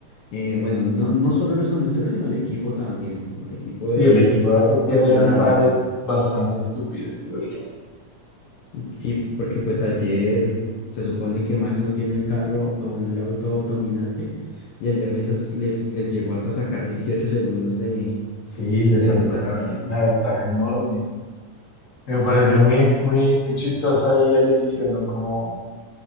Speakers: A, on the left; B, on the left.
A: eh, bueno, no, no solo los conductores, sino el equipo también. El equipo
B: Sí,
A: es
B: el equipo a veces tiene
A: cuestionable.
B: unas fallas bastante estúpidas, creo yo.
A: Sí, porque pues ayer se supone que Max no tiene el carro, o bueno, el auto dominante, y ayer les, les, les llegó hasta sacar 18 segundos de,
B: Sí, le
A: de
B: sacó
A: ventaja,
B: una,
A: que
B: una ventaja enorme. Me pareció muy, ex- muy, muy chistoso ahí al inicio, ¿no? Como